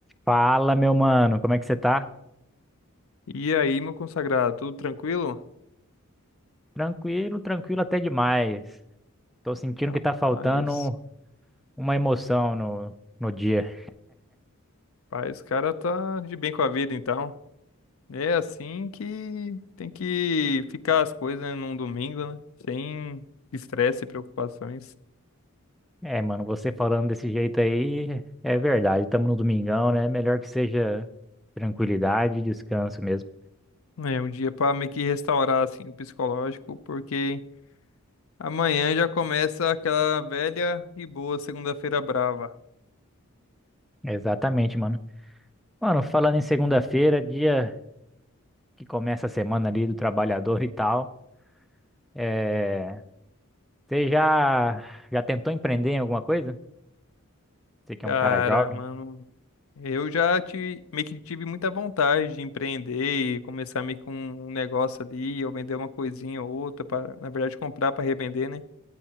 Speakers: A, in the centre; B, on the left.
A: Fala, meu mano, como é que você tá?
B: E aí, meu consagrado, tudo tranquilo?
A: Tranquilo, tranquilo até demais. Tô sentindo
B: Rapaz,
A: que tá faltando uma emoção no, no dia.
B: rapaz, o cara tá de bem com a vida, então. É assim que tem que ficar as coisas, né, num domingo, né? Sem estresse e preocupações.
A: É, mano, você falando desse jeito aí, é verdade, estamos no domingão, né? Melhor que seja tranquilidade e descanso mesmo.
B: É um dia pra meio que restaurar, assim, o psicológico, porque amanhã já começa aquela velha e boa segunda-feira brava.
A: Exatamente, mano. Mano, falando em segunda-feira, dia que começa a semana ali do trabalhador e tal, é... você já, já tentou empreender em alguma coisa? Você que
B: Cara,
A: é um cara jovem.
B: mano, Eu já ti- meio que tive muita vontade de empreender e começar meio que um um negócio ali, ou vender uma coisinha ou outra, para, na verdade, comprar para revender, né?